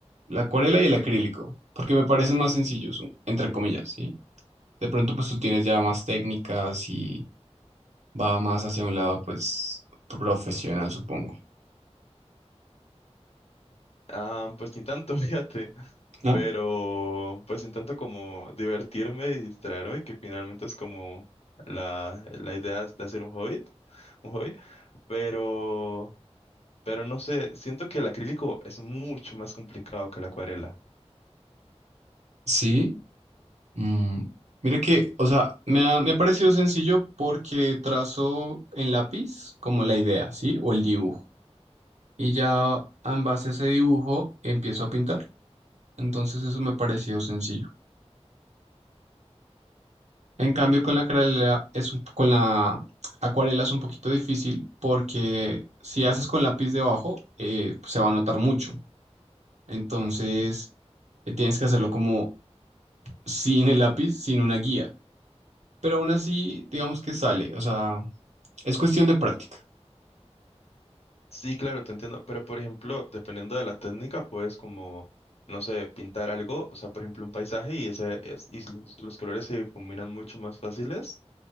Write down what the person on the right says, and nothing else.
La acuarela y el acrílico, porque me parecen más sencillos, entre comillas, sí De pronto, pues tú tienes ya más técnicas y va más hacia un lado, pues, profesional, supongo,
¿no?
Sí. Mm, Mira que, o sea, me ha, me ha parecido sencillo porque trazo en lápiz como la idea, ¿sí? O el dibujo. Y ya en base a ese dibujo empiezo a pintar. Entonces eso me ha parecido sencillo. En cambio, con la acuarela es un- con la acuarela es un poquito difícil porque si haces con lápiz debajo, eh, se va a notar mucho. Entonces, eh, tienes que hacerlo como sin el lápiz, sin una guía. Pero aún así, digamos que sale. O sea, es cuestión de práctica.